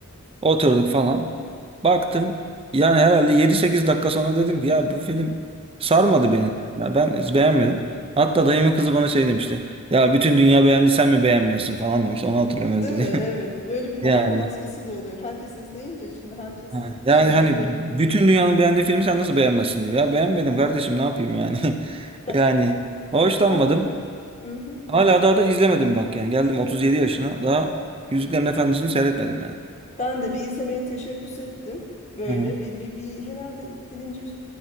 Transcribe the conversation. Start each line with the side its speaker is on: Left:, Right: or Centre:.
Right: oturduk falan. Baktım yani herhalde 7-8 dakika sonra dedim ki ya bu film sarmadı beni. Ya ben hiç beğenmedim. Hatta dayımın kızı bana şey demişti. Ya bütün dünya beğendi sen mi beğenmiyorsun falan demiş. Onu hatırlıyorum
Left: Değil
Right: öyle dedi.
Left: mi? Evet.
Right: <laughs>
Left: Böyle bir mahalle
Right: Yani
Left: baskısı da oluyor. Herkes izleyince şimdi herkes
Right: Ha, Yani
Left: bir şey
Right: hani
Left: buluyor.
Right: bütün dünyanın beğendiği filmi sen nasıl beğenmezsin diyor. Ya beğenmedim kardeşim ne yapayım yani. <laughs>
Left: Ben
Right: Yani hoşlanmadım.
Left: ben, hı hı.
Right: Hala daha da izlemedim bak yani. Geldim 37 yaşına daha Yüzüklerin Efendisi'ni seyretmedim yani.
Left: Ben de bir izlemeye teşebbüs ettim. Böyle
Right: Hı hı.
Left: bir, bir, bir herhalde birinci